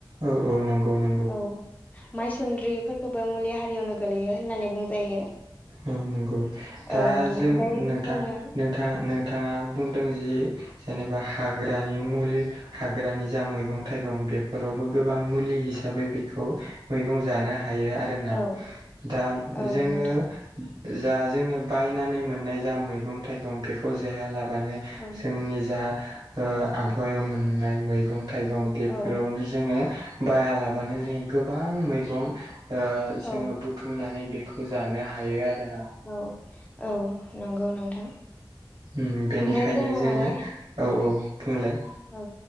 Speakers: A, on the right; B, on the left.
A: औ औ नंगौ नं
B: औ माइसुन्द्रिफोरखौबो मुलि हारियावनो गोलैयो होननानै बुंजायो
A: औ नंगौ दा
B: औ नोंथां
A: जों
B: ओमफाय
A: नोंथां
B: जोङो
A: नों नोंथां नोंथाङा बुंदों जि जेनेबा हाग्रानि मुलि हाग्रानि जा मैगं थाइगं बेफोरावबो गोबां मुलि हिसाबै बेखौ मैगं जानो हायो आरो जोंना
B: औ
A: दा
B: औ
A: जोङो
B: नोंथां
A: जा जोङो बायनानै मोननाय जा मैगं थाइगं बेखौ जायालाबानो
B: औ
A: जोंनि जा ओ आबहायाव मोननाय मैगं थाइगं बेफोरावनो
B: औ
A: जोङो बायालाबानो जोङो गोबां मैगं ओ जोङो
B: औ
A: बुथुमनानै बेखौ जानो हायो आरोना
B: औ औ नंगौ नोंथां
A: उम बेनिखायनो
B: ओमफ्राय
A: जोङो
B: माने
A: औ औ बुंलाय
B: औ